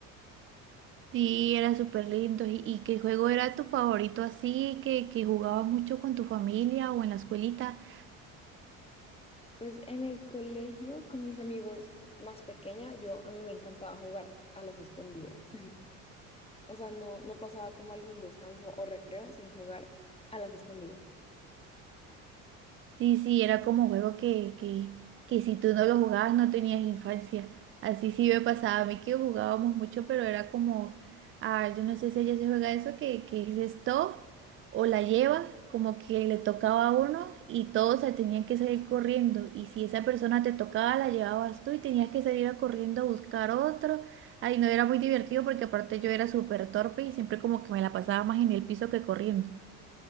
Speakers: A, on the right; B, on the left.
A: Sí, era súper lindo. ¿Y, y qué juego era tu favorito así que, que jugabas mucho con tu familia o en la escuelita?
B: Pues en el colegio con mis amigos más pequeña, yo a mí me encantaba jugar a las escondidas. <laughs> O sea, no, no pasaba como algún descanso o recreo sin jugar a las escondidas.
A: Sí, sí, era como juego que, que, que si tú no lo jugabas no tenías infancia. Así sí me pasaba a mí que jugábamos mucho, pero era como, ah, yo no sé si allá se juega eso, que, que es esto o la lleva, como que le tocaba a uno y todos se tenían que salir corriendo. Y si esa persona te tocaba, la llevabas tú y tenías que salir a corriendo a buscar otro. Ay, no era muy divertido porque aparte yo era súper torpe y siempre como que me la pasaba más en el piso que corriendo.